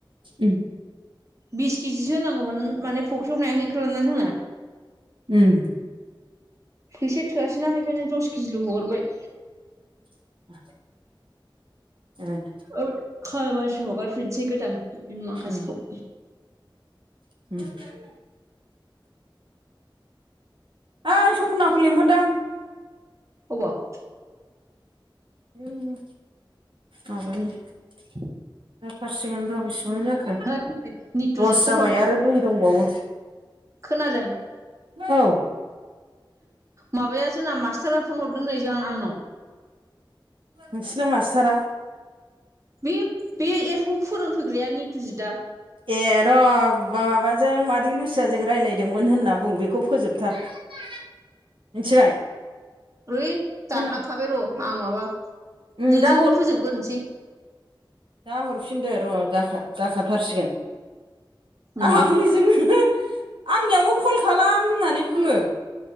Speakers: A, on the right; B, on the right.
A: उम
B: बिस केजिसो होनांगौमोन माने फुख्रियावनायानो गैखालाना जोंना।
A: उम
B: फैसा थोआसैना बेखायनो दस केजिल' हगरबाय।
A: <inaudible> <inaudible>
B: औ खाबारसो हगारफिनसै गोदान
A: उम
B: माखासेखौ
A: <inaudible> ओइ सपनाखौ लिंहरदां
B: अबाव
A: उम माबानि जाथारसिगोन र' बेसेबां जाखो
B: है नितुजित
A: दस
B: फन
A: जाबाय
B: हर
A: आरो दुइ दंबावो
B: खोनादों
A: औ
B: माबाया जोंना मास्टारा फन हरदों नै जों आंनाव।
A: नोंसिना मास्टारा।
B: बे बे एप खौ फोरोंफैग्राया नितुजिदआ
A: ए र' माबाजों मादै लुसियाजों रायज्लायदोंमोन होनना बुं बेखौ फोजोबथार। मिथिबाय।
B: है दानलांखाबाय
A: खोना
B: र' आं माबा
A: उम
B: नोंजों
A: दा
B: फोजोबग्रोनोसै।
A: जा हरफिनदों र' जाखाथारसिगोन।
B: उम
A: आं जोंनो आंनियावबो कल खालाम होननानै बुङो।